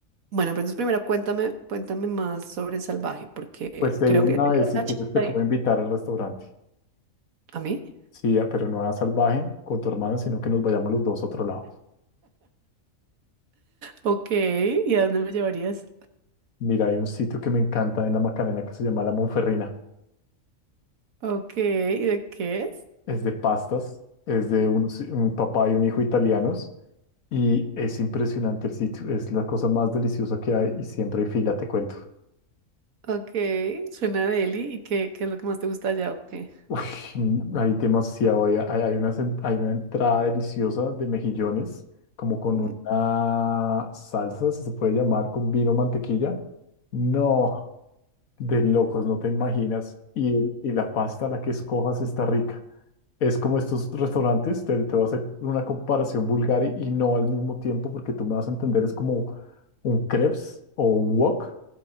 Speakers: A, on the right (about 85°); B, on the left (about 85°).
A: bueno, pero entonces primero cuéntame, cuéntame más sobre Salvaje, porque
B: Pues te
A: creo
B: digo una
A: que... te
B: vez,
A: queda
B: si
A: una
B: quieres
A: chispa
B: te puedo
A: de-
B: invitar al restaurante.
A: ¿A mí?
B: Sí, ah, pero no a Salvaje con tu hermana, sino que nos vayamos los dos a otro lado.
A: Ok, ¿y a dónde me llevarías?
B: Mira, hay un sitio que me encanta en la Macarena que se llama La Monferrina.
A: Ok, ¿y de qué es?
B: Es de pastas, es de unos- un papá y un hijo italianos y es impresionante el sitio. Es la cosa más deliciosa que hay y siempre hay fila, te cuento.
A: Ok, suena deli. ¿Y qué, qué es lo que más te gusta allá? Ok.
B: Uy, hay demasiado, hay, hay- hay una, sen- hay una entrada deliciosa de mejillones, como con
A: Ok,
B: una salsa, si se puede llamar, con vino mantequilla. No, de locos, no te imaginas. Y, el- y la pasta, la que escojas, está rica. Es como estos restaurantes, te, te voy a hacer una comparación vulgar y, y no al mismo tiempo, porque tú me vas a entender, es como un crepes o un wok,